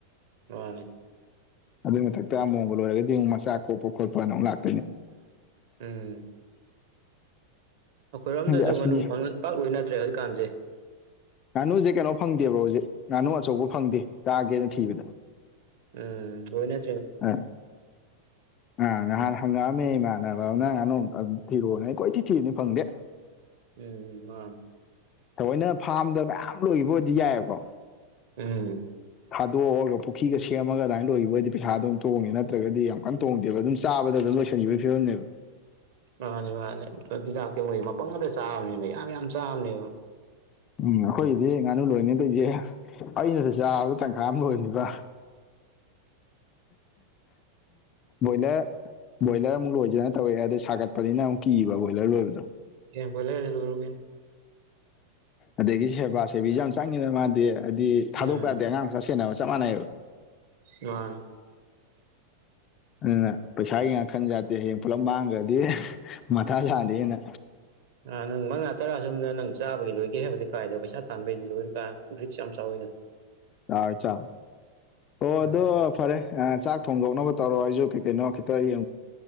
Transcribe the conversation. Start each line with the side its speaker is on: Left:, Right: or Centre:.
Right: ꯃꯥꯅꯦ
Left: ꯑꯗꯨꯏ ꯃꯊꯛꯇ ꯑꯃꯨꯣꯕ ꯂꯣꯏꯔꯗꯤ ꯑꯃꯨꯛ ꯃꯆꯥ ꯀꯣꯞꯄ ꯈꯣꯠꯄꯅ ꯑꯃꯨꯛ ꯂꯥꯛꯀꯦ
Right: ꯎꯝ ꯑꯩꯈꯣꯏꯔꯣꯝꯗꯁꯨ
Left: ꯈꯪꯗꯦ ꯑꯁꯤꯒꯤ
Right: ꯉꯥꯅꯨ ꯄꯥꯛ ꯂꯣꯏꯅꯗ꯭ꯔꯦ ꯍꯧꯖꯤꯛꯀꯥꯟꯁꯦ
Left: ꯉꯥꯅꯨꯁꯦ ꯀꯩꯅꯣ ꯐꯪꯗꯦꯕ꯭ꯔꯣ ꯍꯧꯖꯤꯛ ꯉꯥꯅꯨ ꯑꯆꯧꯕ ꯐꯪꯗꯦ ꯆꯥꯒꯦꯅ ꯊꯤꯕꯗ
Right: ꯎꯝ ꯑꯣꯅꯦ
Left: ꯑ ꯑ ꯉꯍꯔ ꯍꯂ ꯅꯦ ꯏꯃꯥꯟꯅꯕ ꯅꯪꯅ ꯊꯤꯔꯛꯑꯣꯅꯦ ꯑꯩ ꯀꯣꯏ ꯊꯤ ꯊꯤꯔꯨꯅꯤ ꯐꯪꯗꯦ
Right: ꯎꯝ ꯑ
Left: ꯊꯑꯣꯣꯏꯅ ꯐꯥꯔꯝꯗ ꯃꯌꯥꯝ ꯂꯣꯏꯈꯤꯕ ꯑꯣꯏꯔꯗꯤ ꯌꯥꯏꯑꯕꯀꯣ
Right: ꯎꯝ
Left: ꯊꯥꯗꯣꯛꯑꯒ ꯄꯨꯈ꯭ꯔꯤꯒ ꯁꯦꯝꯃꯒ ꯑꯗꯨꯃꯥꯏꯅ ꯂꯣꯏꯈꯤꯕ ꯑꯣꯏꯣꯏꯗꯤ ꯄꯩꯁꯥꯗꯣ ꯑꯗꯨꯝ ꯇꯣꯡꯉꯦ ꯅꯠꯇ꯭ꯔꯒꯗꯤ ꯌꯥꯝ ꯀꯟꯅ ꯇꯣꯡꯗꯦꯕ ꯑꯗꯨꯝ ꯆꯥꯕꯗ ꯑꯗꯨꯝ ꯂꯣꯏꯁꯟꯕꯤꯕ ꯐꯤꯔꯝꯅꯦꯕ
Right: ꯃꯥꯅꯦ ꯃꯥꯅꯦ ꯆꯤꯟꯖꯥꯛ ꯀꯩ ꯃꯒꯤ ꯃꯄꯪꯒꯗ ꯆꯥꯕꯅꯤꯅ ꯌꯥꯝ ꯌꯥꯝ ꯆꯥꯕꯅꯦꯕ
Left: ꯎꯝ ꯑꯩꯈꯣꯏꯒꯤꯗꯤ ꯉꯥꯅꯨ ꯂꯣꯏꯅꯤ ꯇꯧꯁꯦ ꯑꯩꯅꯁꯨ ꯆꯥꯕꯗ ꯇꯪꯈꯥ ꯑꯃ ꯂꯣꯏꯕ ꯣꯏꯂ ꯕꯣꯏꯂꯔ ꯑꯃꯨꯛ ꯂꯣꯏꯗꯣꯏꯅ ꯇꯧꯑꯦ ꯑꯗꯣ ꯁꯥꯒꯠꯄꯅꯤꯅ ꯑꯃꯨꯛꯤꯕ ꯕꯣꯏꯂꯔ ꯂꯣꯏꯕꯗꯣ
Right: ꯍꯦ ꯄꯂꯒꯗ ꯔꯨꯒꯟ
Left: ꯑꯗꯒꯤ ꯁꯦꯕꯥ ꯁꯦꯕꯤꯁꯨ ꯌꯥꯝ ꯆꯪꯉꯤꯗꯅ ꯃꯥꯗꯤ ꯍꯥꯏꯕꯗꯤ ꯊꯥꯗꯣꯛꯄ
Right: ꯎꯝ
Left: ꯌꯥꯗꯦ ꯑꯉꯥꯡꯁ ꯁꯦꯟꯅꯕ ꯆꯅ
Right: ꯃꯥꯥꯟ
Left: ꯑꯗꯨꯅ ꯄꯩꯁꯥꯒꯤ ꯉꯈꯟ ꯌꯥꯥꯠꯇꯦ ꯍꯌꯦꯡ ꯄꯨꯂꯞ ꯃꯥꯡꯈ꯭ꯔꯗꯤ ꯃꯊꯥ ꯁꯥꯗꯦ ꯍꯦꯟꯅ
Right: ꯑꯥ ꯅꯪ ꯃꯉꯥ ꯇꯔꯥ ꯁꯣꯝꯗ ꯅꯪ ꯆꯥꯕꯒꯤ ꯂꯣꯏꯒꯦ ꯍꯥꯏꯕꯗꯤ ꯀꯥꯏꯗꯣ ꯄꯩꯁꯥ ꯊꯥꯟꯕꯩꯗꯤ ꯂꯣꯏꯔꯨꯀ ꯕ꯭ꯔꯤꯛꯁ ꯌꯥꯝ ꯆꯥꯎꯋꯤꯗ
Left: ꯑꯥꯆꯥ ꯑꯣꯣ
Right: ꯎꯝ
Left: ꯑꯗꯣ ꯐꯔꯦ ꯆꯥꯛ ꯊꯣꯡꯗꯧꯅꯕ ꯇꯥꯣ ꯑꯏꯖꯣ ꯀꯦ ꯀꯩꯅꯣꯈꯦꯇꯥꯏꯒꯦ